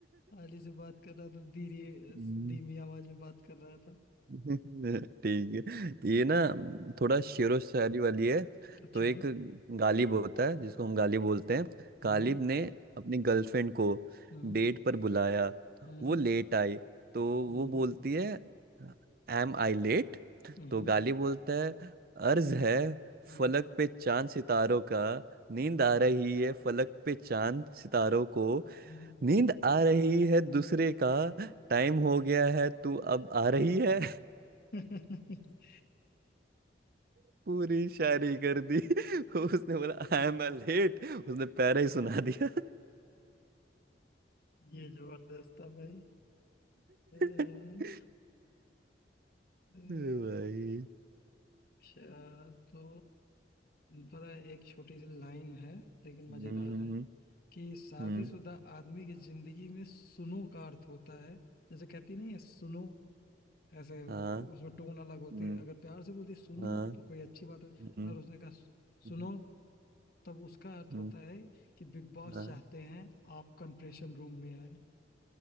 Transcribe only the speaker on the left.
साली से बात कर रहा था धीरे
धीमी आवाज में बात कर रहा था
अच्छा
हाँ
हाँ
हम्म
हम्म
हम्म
हम्म
हम्म
हम्म
हम्म,
<laughs>
ये जबरदस्त था भाई अम,
अम,
अच्छा तो पता है एक छोटी सी लाइन है लेकिन
मजेदार
है कि शादीशुदा
आदमी की जिंदगी में सुनो का अर्थ होता है जैसे कहती नहीं है सुनो ऐसे उसमें
टोन अलग होती
है अगर प्यार से बोलती है, सुनो
तो कोई अच्छी बात
होती और उसने कहा
सुनो तब उसका अर्थ
होता है कि बिग बॉस
चाहते हैं आप कंप्रेशन रूम में